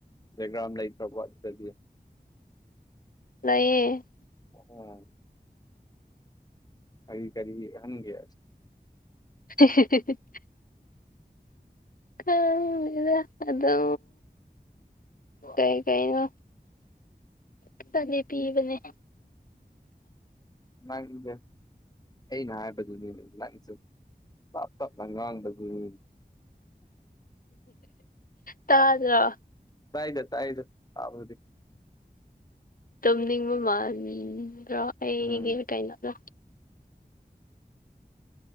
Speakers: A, on the left; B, on the left.
A: ꯗꯥꯏꯒ꯭ꯔꯥꯝ ꯂꯩꯇꯕꯣ ꯑꯗꯨꯗꯒꯤ
B: ꯂꯩꯌꯦ
A: ꯑꯣ ꯑꯩ ꯀꯔꯤ ꯍꯟꯒꯦ
B: ꯍꯦ ꯍꯦ ꯍꯦ ꯍꯦ ꯀꯥꯡꯗꯦꯗ ꯑꯗꯣ ꯀꯩ ꯀꯩꯏꯅꯣ ꯀꯤꯇꯅꯦ ꯄꯤꯕꯅꯦ
A: ꯅꯪꯏꯌꯨꯕꯦꯞ ꯑꯩ ꯅ ꯍꯥꯏꯕꯗꯨꯅꯤꯅꯦ ꯅꯪꯁꯨ ꯄꯥꯞ ꯄꯞꯅ ꯉꯥꯡꯕꯗꯨꯅꯤ
B: ꯇꯥꯗꯔꯣ
A: ꯇꯥꯏꯗ ꯇꯥꯏꯗ ꯇꯥꯕꯕꯨꯗꯤ
B: ꯇꯨꯝꯅꯤꯡꯕ ꯃꯥꯟꯕ꯭ꯔꯥ ꯑꯩꯒꯤ
A: ꯎꯝ
B: ꯀꯩꯅꯣꯗꯣ